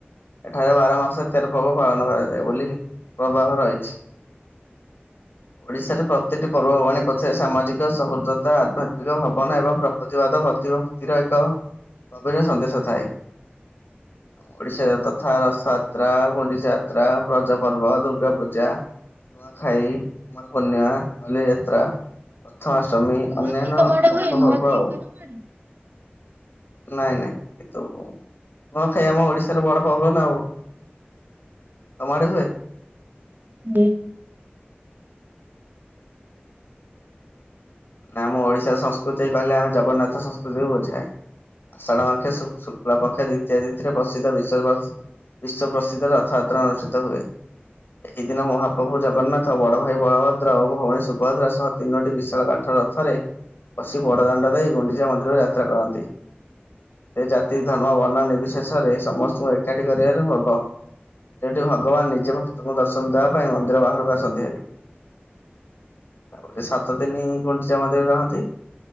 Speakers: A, on the left; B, on the right.
A: ଏଠାରେ ବାର ମାସ ତେର ପର୍ବ ପାଳନ କରାଯାଏ ବୋଲି ପ୍ରବାହ ରହିଛି। ଓଡ଼ିଶାରେ ପ୍ରତ୍ୟେକଟି ପର୍ବପର୍ବାଣୀ ପଛରେ ସାମାଜିକ ସହୃଦ୍ଦ୍ରତା ଆଧ୍ୟାତ୍ମିକ ଭବନା ଏବଂ ପ୍ର ପ୍ରତିବାଦ ପ୍ରତିଭକ୍ତିର ଏକ ଗଭୀର ସନ୍ଦେଶ ଥାଏ। ଓଡ଼ିଶାର ତଥା ରଥଯାତ୍ରା, ଗୁଣ୍ଡିଜା ଯାତ୍ରା, ରଜ ପର୍ବ, ଦୁର୍ଗା ପୂଜା ନୂଆଖାଇ, କୁମାର ପୂର୍ଣ୍ଣିମା, ବାଲିଯାତ୍ରା ପ୍ରଥମାଷ୍ଟମୀ
B: ନୂଆଖାଇ
A: ଅନ୍ୟାନ୍ୟ
B: ତମ ଆଡେ
A: ପ୍ରମୁଖ
B: ହୁଏ ନୂଆଖାଇ
A: ପର୍ବ ଆଉ।
B: ହୁଏ ତମ ଆଡେ?
A: ନାଇଁ ନାଇଁ କିନ୍ତୁ ନୂଆଖାଇ ଆମ ଓଡ଼ିଶାର ବଡ଼ ପର୍ବ ନା ଆଉ। ତମ ଆଡେ ହୁଏ?
B: ଡେ
A: ନାଁ ଆମ ଓଡ଼ିଶା ସଂସ୍କୃତି କହିଲେ ଆମେ ଜଗନ୍ନାଥ ସଂସ୍କୃତି ବୁଝାଏ। ଆଷାଢ଼ ମାର୍ଖେ ଶୁ ଶୁକ୍ଲପକ୍ଷେ ଦ୍ୱିତୀୟା ତିଥିରେ ପସିଦ୍ଧ ବିଶ୍ୱବସ୍ ବିଶ୍ଵ ପ୍ରସିଦ୍ଧ ରଥଯାତ୍ରା ଅନୁଷ୍ଠିତ ହୁଏ। ଏହି ଦିନ ମହାପ୍ରଭୁ ଜଗନ୍ନାଥ ବଡ଼ ଭାଇ ବଳଭଦ୍ର ଓ ଭଉଣୀ ସୁଭଦ୍ରା ସହ ତିନୋଟି ବିଶାଳ କା ଠ ରଥରେ ବସି ବଡ଼ ଦାଣ୍ଡ ଦେଇ ଗୁଣ୍ଡିଚା ମନ୍ଦିରକୁ ଯାତ୍ରା କରନ୍ତି। ଏ ଜାତି ଧର୍ମ ବର୍ଣ୍ଣ ନିବ୍ରିଶେଷରେ ସମସ୍ତଙ୍କୁ ଏକାଠି କରିବାର ପର୍ବ। ଯୋଉଠି ଭଗବାନ ନିଜେ ଭକ୍ତଙ୍କୁ ଦର୍ଶନ ଦେବା ପାଇଁ ମନ୍ଦିର ବାହାରକୁ ଆସନ୍ତି ଭାରି। ଆ ପରେ ସାତ ଦିନି ଗୁଣ୍ଡିଚା ମନ୍ଦିରରେ ରହନ୍ତି।